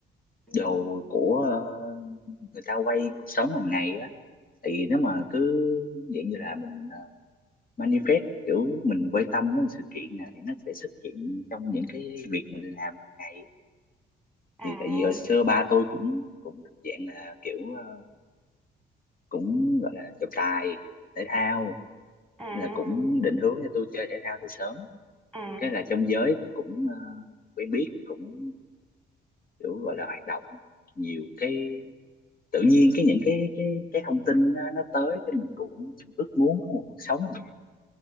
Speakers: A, in the centre; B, on the left.
A: ừ,
B: đồ của ờ, người ta quay cuộc sống hàng ngày á thì nếu mà cứ dạng như là mình ờ, manifest kiểu mình quan tâm đến một sự kiện nào thì nó sẽ xuất hiện trong những cái việc mình làm hàng ngày á.
A: à,
B: thì tại vì hồi xưa ba tôi cũng cũng thuộc dạng là kiểu ờ, cũng gọi là trọng tài thể thao
A: à,
B: nên là cũng định hướng cho tôi chơi thể thao từ sớm
A: à,
B: cái là trong giới tôi cũng ờ, quen biết cũng kiểu gọi là hoạt động nhiều cái tự nhiên cái những cái cái cái thông tin nó, nó tới cái mình cũng ước muốn có một cuộc sống như vậy